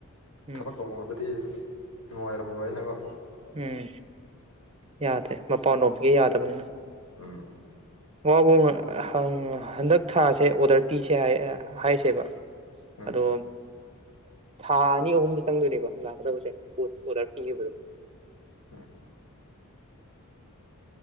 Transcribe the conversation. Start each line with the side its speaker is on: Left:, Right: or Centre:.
Right: ꯎꯝ
Left: ꯊꯕꯛ ꯇꯧꯕ ꯉꯕꯗꯤ ꯅꯨꯡꯉꯥꯏꯔꯝꯣꯏꯅꯦꯀꯣ
Right: ꯎꯝ ꯌꯥꯗ꯭ꯔꯦ ꯃꯄꯅꯑꯣꯞꯀꯦ ꯌꯥꯗꯕꯅꯤꯅ
Left: ꯎꯝ ꯎꯝ
Right: ꯋꯥꯕꯨ ꯍꯪ ꯍꯟꯗꯛ ꯊꯥꯁꯦ ꯑꯣꯔꯗꯔ ꯄꯤꯁꯦ ꯍꯥꯏꯁꯦꯕ
Left: ꯎꯝ
Right: ꯑꯗꯣ ꯊꯥ ꯑꯅꯤ ꯑꯍꯨꯝ ꯈꯤꯇꯪꯗꯨꯅꯦꯕ ꯂꯥꯛꯀꯗꯕꯁꯦ ꯄꯣꯠ ꯑꯣꯔꯗꯔ ꯄꯤꯈꯤꯕꯗꯣ
Left: ꯎꯝ